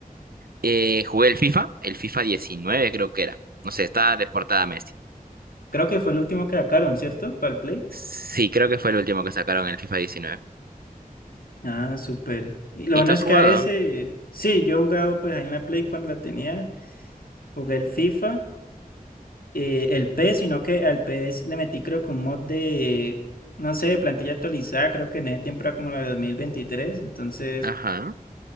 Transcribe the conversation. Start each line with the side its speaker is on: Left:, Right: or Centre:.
Right: Eh, jugué el FIFA, el FIFA 19 creo que era. No sé, estaba de portada Messi.
Left: Creo que fue el último que sacaron, ¿cierto? Para el Play.
Right: Sí, creo que fue el último que sacaron el FIFA 19.
Left: Ah, súper. Y lo
Right: ¿Y
Left: bueno
Right: tú
Left: es
Right: has jugado?
Left: que a ese, sí, yo he jugado pues ahí en la Play cuando la tenía, jugué el FIFA, eh, el PES, sino que al PES le metí creo que un mod de, no sé, de plantilla actualizada, creo que en ese tiempo era como la de 2023. entonces
Right: Ajá.